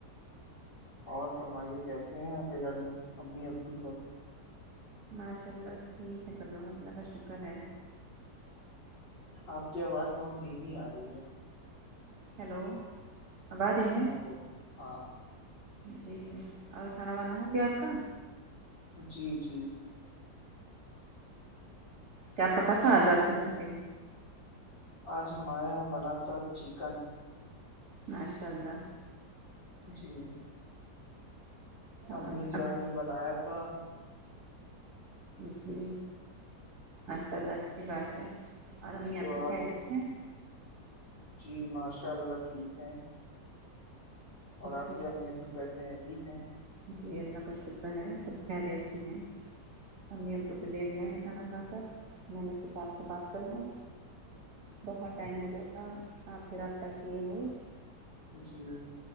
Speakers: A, on the left; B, on the right.
A: اور فرمائیے کیسے ہیں آپ کے گھر میں امی ابو سب
B: ماشاء اللہ ٹھیک ہے سب لوگ اللہ کا شکر ہے
A: آپ کی آواز بہت دھیمی آ رہی ہے
B: ہیلو اب آ رہی ہے
A: ہاں بول ہاں
B: جی اور کھانا وانا ہو گیا آپ کا
A: جی جی
B: کیا پکا تھا آج آپ کے گھر پہ
A: آج ہمارے یہاں بنا تھا چکن
B: ماشاء اللہ
A: جی امی
B: اور
A: جان
B: اب
A: نے بنایا تھا
B: جی ہاشاء اللہ اچھی بات ہے اور امی
A: تو
B: آپ کی
A: آج
B: خیریت <inaudible>
A: جی ماشاء اللہ ٹھیک ہے اور آپ
B: جی
A: کی امی اتب بھی کیسے ہیں ٹھیک ہیں
B: جی اللہ کا شکر ہے سب خریت سے ہیں امی ابو تو لیٹ گئے ہیں کھانا کھا کر میں نے سوچا آپ سے بات کر لوں بہت ٹائم ہو گیا تھا آپ سے رابطہ کیے ہوئے
A: جی